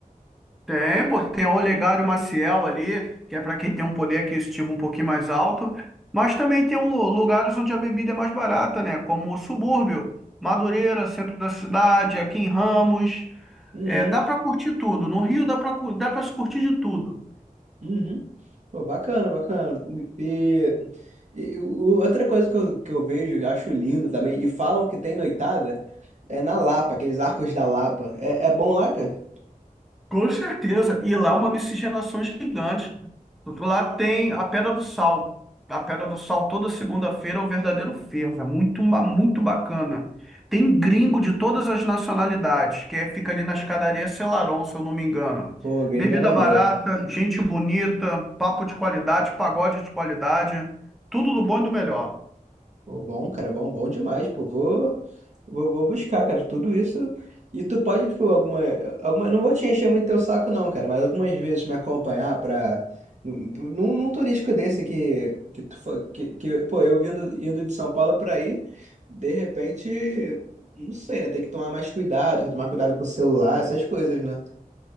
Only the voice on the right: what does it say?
Uhum.
Uhum. Pô, bacana, bacana. E, e o- outra coisa que eu, que eu vejo, eu acho lindo também, e falam que tem noitada, é na Lapa, aqueles arcos da Lapa. É, é bom lá, cara?
Pô, gringo
é maneiro.
Pô, bom, cara, bom, bom demais, pô. Vou, vou, vou buscar, cara, tudo isso. E tu pode, tipo, alguma, alguma, não vou te encher muito teu saco, não, cara, mas algumas vezes me acompanhar pra, num, num num turístico desse que, que tu foi, que, que, pô, eu vindo, indo de São Paulo pra aí, de repente, não sei, né, tem que tomar mais cuidado, tomar cuidado com o celular, essas coisas, né?